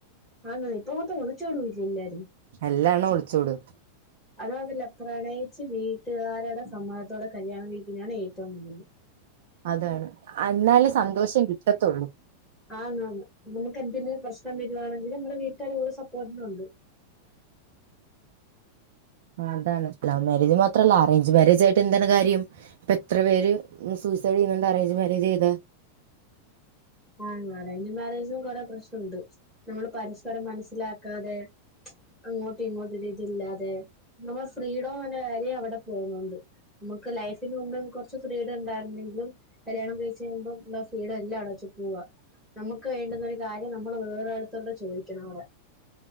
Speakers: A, in the centre; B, on the right.
A: ആന്ന്‌ ഇപ്പം വന്ന് ഒളിച്ചോടുവല്ലേ എല്ലാരും
B: എല്ലാ എണ്ണവും ഒളിച്ചോടും
A: അതോ അതില്ല പ്രണയിച്ച് വീട്ടുകാരടെ സമ്മതത്തോടെ കല്യാണം കഴിക്കുന്നയാണ് ഏറ്റവും നല്ലത്
B: അതാണ് അന്നാലേ സന്തോഷം കിട്ടത്തൊള്ളൂ
A: ആന്ന്‌ ആന്ന് നമുക്ക് എന്തെങ്കിലും പ്രശ്നം വരുവാണെങ്കിൽ നമ്മടെ വീട്ടുകാരും കൂടെ സപ്പോർട്ടിന് ഒണ്ട്
B: അതാണ് ലവ് മാരേജ് മാത്രല്ല അറേഞ്ച് മാരേജ് ആയിട്ട് എന്താണ് കാര്യം ഇപ്പൊ എത്ര പേര് സൂയിസൈഡ് ചെയ്യുന്നുണ്ട് അറേഞ്ച് മാരേജ് ചെയ്ത
A: ആന്ന്‌ അറേഞ്ച് മാരേജിനും കൊറെ പ്രശ്നം ഉണ്ട് നമ്മൾ പരസ്പരം മനസ്സിലാക്കാതെ അങ്ങോട്ടും ഇങ്ങോട്ടും ഒരിതില്ലാതെ നമ്മുടെ ഫ്രീഡോ എന്ന കാര്യം അവിടെ പോന്നുണ്ട് നമുക്ക് ലൈഫിന് മുൻപ് കൊറച്ച് ഫ്രീഡം ഉണ്ടായിരുന്നെങ്കിലും കല്യാണം കഴിച്ച് കഴിയുമ്പോ ല്ലാ ഫ്രീഡം എല്ലാം അവിടെവെച്ചു പോവാ നമ്മുക്ക് വേണ്ടുന്ന ഒരു കാര്യം നമ്മള് വേറൊടുത്തരുടെ ചോദിക്കണം അവടെ